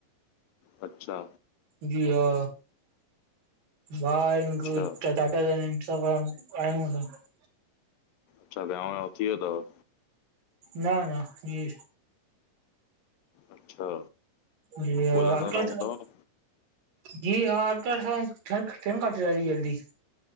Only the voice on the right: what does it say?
जी हा, वाहिगुरू
चटक <unintelligible>
न न जी
जीअं
अंकल
चवन
जी हा तहे कमु काथे आ जल्दी